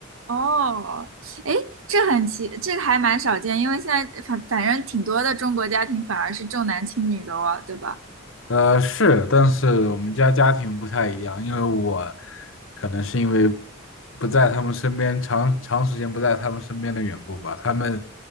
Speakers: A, on the right; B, on the left.
A: 哦，哎，这很奇，这个还蛮少见，因为现在反反正挺多的中国家庭反而是重男轻女的哦，对吧？
B: 呃，是，但是我们家家庭不太一样，因为我可能是因为不在他们身边，长长时间不在他们身边的缘故吧，他们